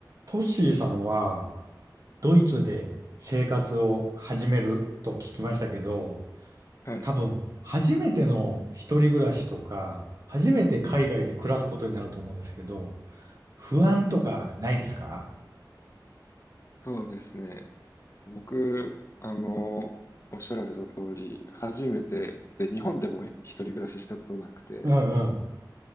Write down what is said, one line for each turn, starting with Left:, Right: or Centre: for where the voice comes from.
Right: トッシーさんはドイツで生活を始めると聞きましたけど、
Left: はい、
Right: 多分初めての一人暮らしとか、初めて海外で暮らすことになると思うんですけど、不安とかないですか
Left: そうですね。僕、あの、おっしゃられた通り、初めて、で、日本でもね一人暮らししたことなくて、
Right: うんうん。